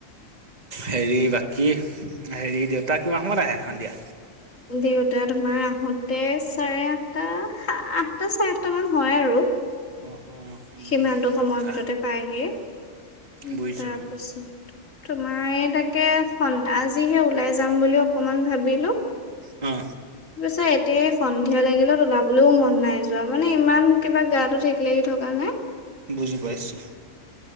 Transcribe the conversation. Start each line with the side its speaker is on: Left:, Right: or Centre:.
Right: হেৰি বাকী হেৰি দেউতা কিমান সময়ত আহে সন্ধিয়া?
Left: দেউতা, তোমাৰ আহোতে চাৰে আঠটা আঠটা চাৰে আঠটা মান হয় আৰু
Right: অ', অ', অ',
Left: সিমানটো সময়ৰ
Right: আচ্ছা
Left: ভিতৰতে পায়হি
Right: বুজিছো
Left: তাৰপিছত
Right: অ',
Left: তোমাৰ তাকো আজিহে ওলাই যাম বুলি অকমান ভাবিলো
Right: অ',।
Left: প এতিয়াই সন্ধিয়া লাগিলে ওলাবলৈও মন নাই যোৱা মানে ইমান কিবা গা তো ঠিক লাগি থকা নাই
Right: বুজি পাইছো।